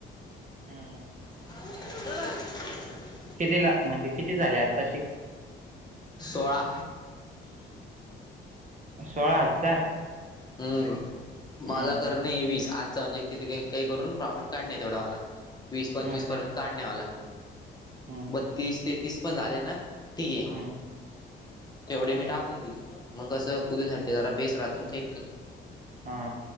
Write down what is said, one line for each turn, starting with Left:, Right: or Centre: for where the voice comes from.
Right: हम!
Left: <unintelligible> <inaudible>
Right: कितीला? म्हणजे किती झाले? आत्ता शि
Left: सोळा
Right: सोळा हजार
Left: हम्म!
Right: हम्म
Left: माला कर नाही वीस, आजचां म्हणजे किती काही काही करून प्रॉफिट काढलय तेवढं मला वीस पंचवीसपर्यंत
Right: असं आहे
Left: काढणे वाला,
Right: हम्म
Left: बत्तीस तेतीस पण झाले ना ती हे
Right: हम्म
Left: तेवढे मी टाकून देईल, मग कसं उद्यासाठी जरा बेस राहतून काहीतरी
Right: हा